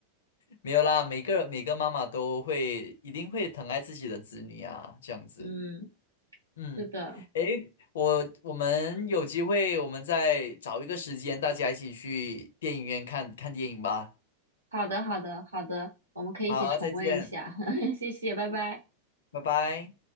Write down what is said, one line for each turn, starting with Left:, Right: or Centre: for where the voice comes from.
Left: 没有啦，每个每个妈妈都会一定会疼爱自己的子女啊，这样子。
Right: 嗯，
Left: 嗯，
Right: 是的，
Left: 诶，我我们有机会，我们再找一个时间，大家一起去电影院看看电影吧。
Right: 好的，好的，好的，我们可以一起重温一下，
Left: 好，再见，
Right: <laughs> 谢谢，拜拜。
Left: 拜拜。